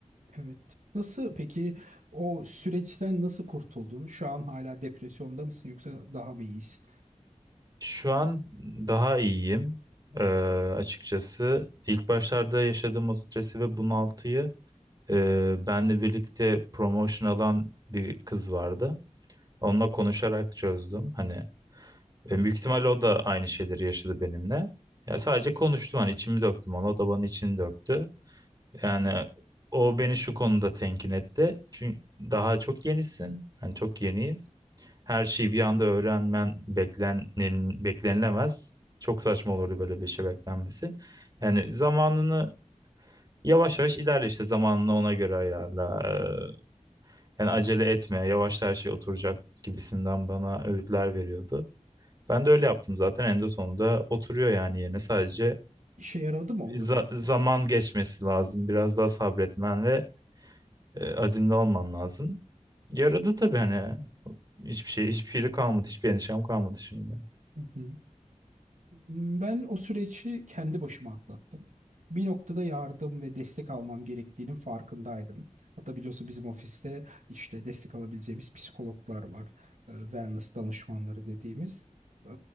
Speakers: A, on the right; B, on the right.
A: Evet. Nasıl peki o süreçten nasıl kurtuldun? Şu an hala depresyonda mısın yoksa daha mı iyisin?
B: Şu an daha iyiyim. Ee, açıkçası ilk başlarda yaşadığım o stresi ve bunaltıyı e, benle birlikte promotion alan bir kız vardı. Onunla konuşarak çözdüm. Hani Ve büyük ihtimalle o da aynı şeyleri yaşadı benimle. Ya sadece konuştum hani içimi döktüm ona, o da bana içini döktü. Yani o beni şu konuda tenkin etti. Çünkü daha çok yenisin. Hani çok yeniyiz. Her şeyi bir anda öğrenmen beklenen- beklenilemez. Çok saçma olurdu böyle bir şey beklenmesi. Yani zamanını yavaş yavaş ilerle işte zamanını ona göre ayarla. Ee, Yani acele etme, yavaş her şey oturacak gibisinden bana öğütler veriyordu. Ben de öyle yaptım zaten en de sonunda oturuyor yani yerine sadece
A: İşe yaradı mı onları
B: za-
A: yapmak?
B: zaman geçmesi lazım biraz daha sabretmen ve e, azimli olman lazım. Yaradı tabii hani hiçbir şey hiçbir şey kalmadı hiçbir endişem kalmadı şimdi.
A: Hı hı. Hmm, Ben o süreci kendi başıma atlattım. Bir noktada yardım ve destek almam gerektiğinin farkındaydım. Hatta biliyorsun bizim ofiste işte destek alabileceğimiz psikologlar var. Ee, Wellness danışmanları dediğimiz. Ee,